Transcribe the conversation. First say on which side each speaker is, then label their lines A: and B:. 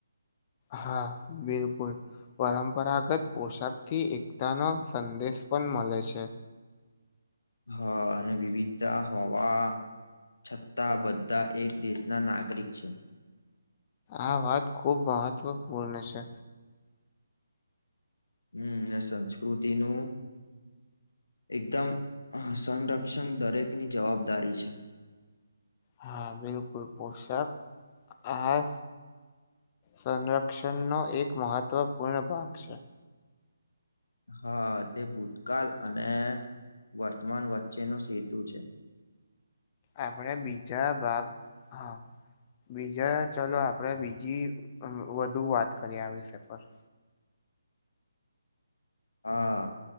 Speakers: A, on the left; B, on the left.
A: હા બિલકુલ. પરંપરાગત પોશાક થી એકતા નો સંદેશ પણ મળે છે.
B: હા અને વિવિતા હોવા છતાં બધ એક દેશના નાગરિક છે.
A: આ વાત ખૂબ મહત્વપૂર્ણ છે.
B: હમ એ સંસ્કૃતિનું. એકદમ સંરક્ષણ દરેક ની જવાબદારી છે.
A: હા બિલકુલ પોશાક આ સંરક્ષણનો એક મહત્વપૂર્ણ ભાગ છે.
B: હા, તે ભૂતકાળ અને વર્તમાન વચ્ચે નુ સેતુ છે.
A: આપણે બીજા ભાગ, હા બીજા ચલો આપણેે બીજી વ વધુ વાત કરીએ આ વિષય પર.
B: હા,